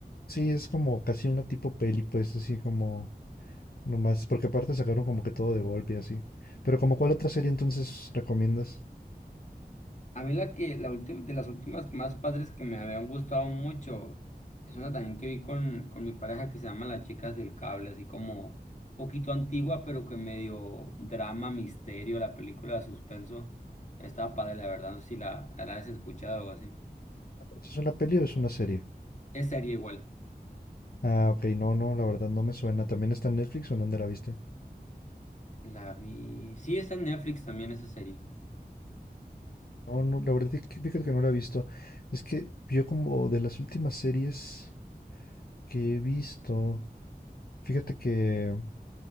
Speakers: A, on the left; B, on the left.
A: Sí, es como casi una tipo peli, pues así como... Nomás, porque aparte sacaron como que todo de golpe y así. Pero como cuál otra serie entonces recomiendas?
B: A mí la que, la última, de las últimas más padres que me habían gustado mucho, es una también que vi con, con mi pareja que se llama Las Chicas del Cable, así como un poquito antigua, pero que medio drama, misterio, la película de suspenso. Estaba padre, la verdad, no sé si la, la has escuchado o así.
A: ¿Es una peli o es una serie?
B: Es serie igual.
A: Ah, ok, no, no, la verdad no me suena. ¿También está en Netflix o en dónde la viste?
B: La vi. Sí, está en Netflix también esa serie.
A: No, no, la verdad es que fíjate que no la he visto. Es que yo como de las últimas series que he visto, fíjate que,